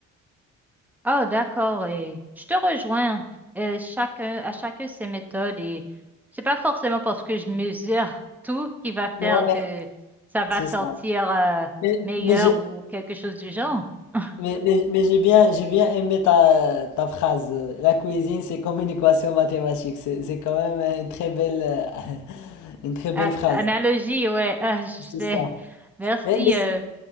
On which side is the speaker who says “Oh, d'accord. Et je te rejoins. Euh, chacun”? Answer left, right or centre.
Centre